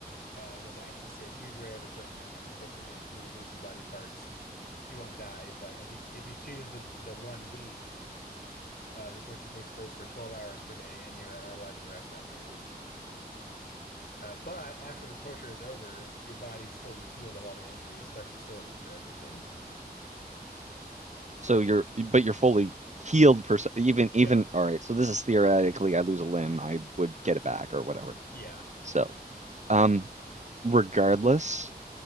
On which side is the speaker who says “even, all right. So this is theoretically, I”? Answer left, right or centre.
Right